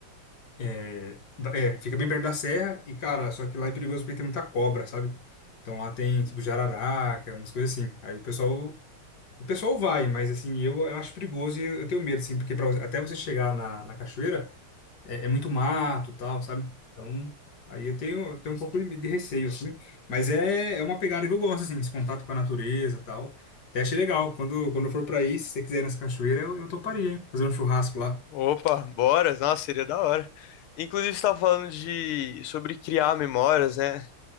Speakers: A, on the left; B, on the left.
A: É, da- é, fica bem perto da serra e, cara, só que lá é perigoso porque tem muita cobra, sabe? Então lá tem, tipo, jararaca, umas coisas assim. Aí o pessoal, o pessoal vai, mas assim, eu, eu acho perigoso e eu, eu tenho medo, assim, porque pra, você- até você chegar na, na cachoeira é, é muito mato e tal, sabe? Então, aí eu tenho, eu tenho um pouco de, de receio, assim. Mas é, é uma pegada que eu gosto, assim, esse contato com a natureza e tal. Até achei legal. Quando, quando eu for pra aí, se você quiser ir nessa cachoeira, eu, eu toparia, hein? Fazer um churrasco lá.
B: Opa, bora! Nossa, seria da hora. Inclusive, você estava falando de sobre criar memórias, né?